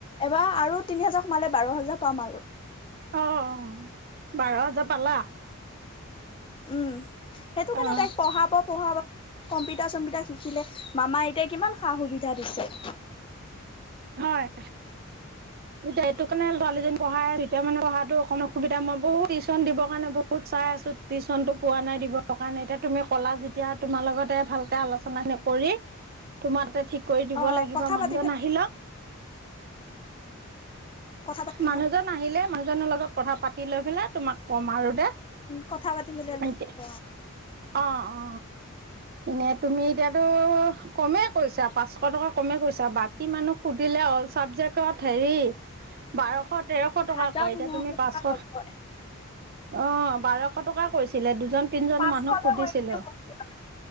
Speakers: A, on the left (about 25°); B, on the right (about 45°).
A: এবাৰ আৰু তিনি হাজাৰ সোমালে বাৰ হাজাৰ পাম আৰু
B: অ অ বাৰ হাজাৰ পালা
A: উম সেইটো কাৰণে
B: অ
A: তাইক পঢ়াব পঢ়াব। কম্পিউট কম্পিউটাৰ চমপিতা শিকিলে মামা এতিয়া কিমান সা সুবিধা দিছে।
B: হয় এতিয়া এইটো কাৰণে ছোৱালীজনী পঢ়াই আছো এতিয়া মানে পঢ়াতটো অকমান অসুবিধা মই বহুত টিউশচন দিবৰ কাৰণে বহুত চাই আছো টিউশনতটো পোৱা নাই দিব কাৰণে এতিয়া তুমি ক'লা যেতিয়া তোমাৰ লগতে ভালকে আলোচনা কৰি তোমাৰ তাতে ঠিক। কৰি দিব
A: অ
B: লাগিব
A: কথা
B: মানুহজন
A: পাতি
B: আহিলক
A: কথা পাতি
B: মানুহজন আহিলে মানুহজনৰ লগত। কথা পাতি লৈ পেলাই তোমাক ক'ম আৰু দে
A: উ কথা পাতি বৈ
B: এতিয়া
A: ক
B: অ অ এনে তুমি এতিয়াতো কমেই কৈছা পাঁচশ টকা কমে কৈছা বাকী মানুহ সুধিলে অল চাবজেক্টত হেৰি বাৰশ তেৰশ টকা
A: হাজাৰ
B: কয়
A: পোন্ধৰশ
B: এতিয়া তুমি পাঁচশ
A: টকা ল'বই,
B: অ বাৰশ টকা কৰিছিলে দুজন তিনিজন
A: পাঁচশ
B: মানুহ
A: টকা
B: সুধিছিলো
A: কৰিম বুলি কৈছে।